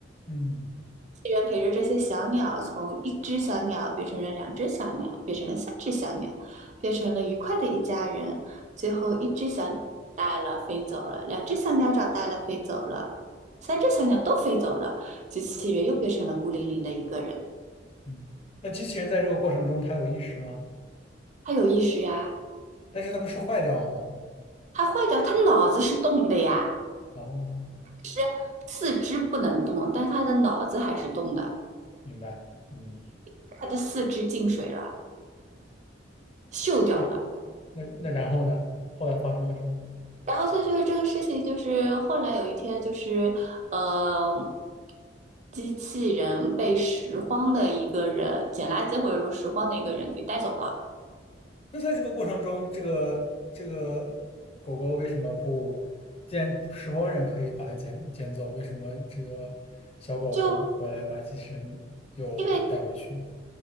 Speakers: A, on the left; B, on the right.
A: 嗯
B: 机器人陪着这些小鸟，从一只小鸟变成了两只小鸟，变成了三只小鸟，变成了愉快的一家人。最后，一只小鸟长大了飞走了，两只小鸟长大了飞走了，三只小鸟都飞走了，机器人又变成了孤零零的一个人。
A: 嗯。那机器人在这个过程中，它有意识吗？
B: 它有意识呀。
A: 但是它不是坏掉了吗？
B: 他坏掉，他脑子是动的呀，
A: 哦，
B: 是四肢不能动，但他的脑子还是动的。
A: 明白。嗯，
B: 他的四肢进水了，锈掉了。
A: 那那那然后呢？后来发生了什么？
B: 然后他就是这个事情，就是后来有一天，就是呃，机器人被拾荒的一个人捡垃圾或者说拾荒的一个人给带走了，
A: 那在这个过程中，这个这个狗狗为什么不？既然拾荒人可以把它捡捡走，为什么这个小狗不回来把机器人又带回去？
B: 就因为